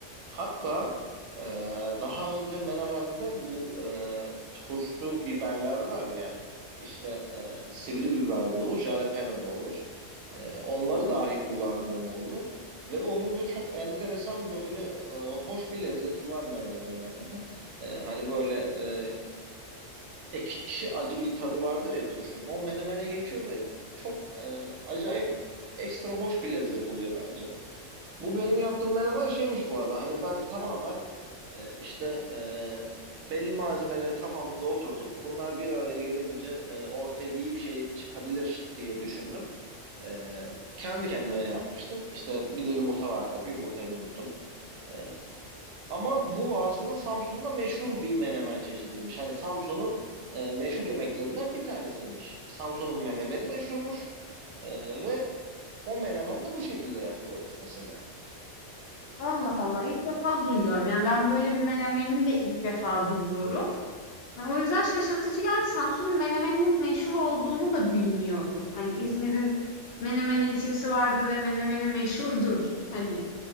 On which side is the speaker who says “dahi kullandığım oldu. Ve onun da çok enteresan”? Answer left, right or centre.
Right